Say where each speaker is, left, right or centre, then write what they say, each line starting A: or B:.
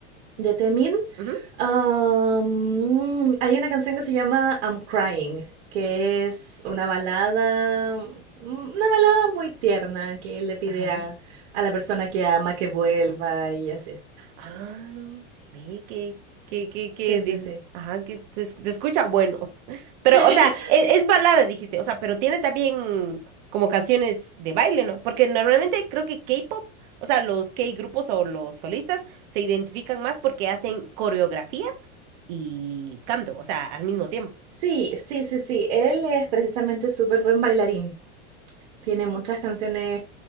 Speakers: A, on the right (about 60°); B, on the right (about 40°).
A: De Temin,
B: Ujú,
A: am, hay una canción que se llama I'm Crying, que es una balada, mm, una balada muy tierna que él le pide
B: Ajá.
A: a, a la persona que ama que vuelva y así.
B: Ah, ve que, que, que, que,
A: Sí,
B: de-
A: sí, sí.
B: ajá, que se, es- se escucha bueno. <laughs> Pero,
A: <laughs>
B: o sea, es, es balada, dijiste. O sea, pero tiene también como canciones de baile, ¿no? Porque normalmente creo que K-pop, o sea, los K-grupos o los solistas se identifican más porque hacen coreografía y canto, o sea, al mismo tiempo.
A: Sí, sí, sí, sí. Él es precisamente súper buen bailarín. Tiene muchas canciones